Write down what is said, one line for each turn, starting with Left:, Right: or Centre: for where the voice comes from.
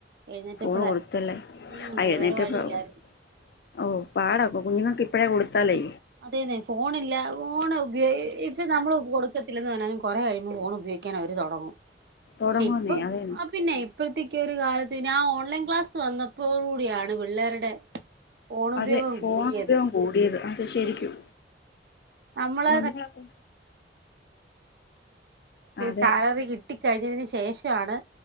Right: എഴുന്നേറ്റപ്പളെ
Left: ഫോണ് കൊടുത്തല്ലേ
Right: ഉം
Left: ആ എഴുന്നേറ്റപ്പം
Right: വേറെ വഴിയില്ലായിരുന്നു
Left: ഓ പാടപ്പാ കുഞ്ഞിങ്ങക്ക്ക്കെ ഇപ്പോഴേ കൊടുത്താലേ
Right: അതെന്നെ ഫോണില്ല ഫോൺ ഉപയോഗം ഇപ്പൊ നമ്മള് കൊടുക്കത്തില്ലന്ന് പറഞ്ഞാലും കൊറെ കഴിയുമ്പോ ഫോൺ ഉപയോഗിക്ക ഉപയോഗിക്കാൻ അവര് തുടങ്ങും
Left: തുടങ്ങുന്നേ
Right: പക്ഷെ ഇപ്പൊ
Left: അതെ
Right: ആ പിന്നെ അപ്പോഴത്തേക്ക് ഒരു കാലത്ത് ഞാൻ ഓൺലൈൻ ക്ലാസ്സ് വന്നപ്പോ കൂടിയാണ് പിള്ളേരുടെ ഫോൺ ഉപയോഗം
Left: അതെ ഫോൺ
Right: കൂടിയത്
Left: ഉപയോഗം കൂടിയത് അത് ശരിക്കും
Right: നമ്മള്
Left: നന്മളെക്കെ അതെ
Right: സാലറി കിട്ടിക്കഴിഞ്ഞതിന് ശേഷമാണ്